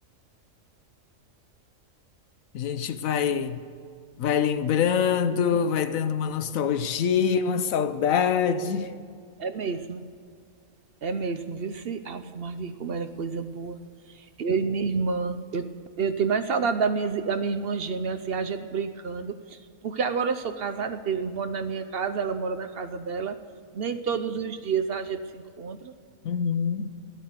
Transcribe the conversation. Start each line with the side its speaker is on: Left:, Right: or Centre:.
Left: A gente vai, vai lembrando,
Right: Sim,
Left: vai dando uma nostalgia, uma saudade.
Right: sim. É mesmo. É mesmo. Viu se. Ave Maria, como era coisa boa. Eu e minha irmã. Eu tenho mais saudade da minha, da minha irmã gêmea, assim, a gente brincando, porque agora eu sou casada, teve- moro na minha casa, ela mora na casa dela, nem todos os dias a gente se encontra.
Left: Uhum.